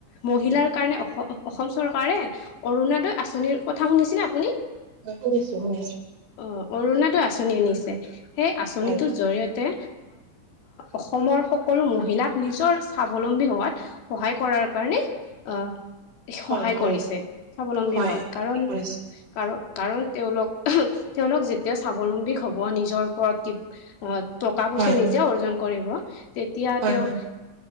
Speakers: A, on the left (about 75°); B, on the right (about 80°).
A: মহিলাৰ
B: হয়,
A: কাৰণে অসম অসম চৰকাৰে অৰুণদয় আঁচনিৰ কথা শুনিছিলনে আপুনি?
B: শুনিছো শুনিছো।
A: অ অৰুণাদয় আঁচনি আনিছে সেই আঁচনিটোৰ
B: হয়,
A: জৰিয়তে অসমৰ সকলো মহিলাক নিজৰ স্বাৱলম্বী হোৱাত সহায় কৰা তাৰ কাৰণে অ সহায়
B: হয়, হয়,
A: কৰিছে স্বাৱলম্বী
B: হয়,
A: হোৱাত কাৰণ
B: কৰিছোঁ,
A: কাৰ কাৰণ তেওঁলোক তেওঁলোক যেতিয়া স্বাৱলম্বী হব নিজৰ ওপৰত কি আহ টকা পইচা
B: হয়,
A: নিজে অৰ্জন কৰিব তেতিয়া
B: হয়,
A: তেওঁ
B: হয়,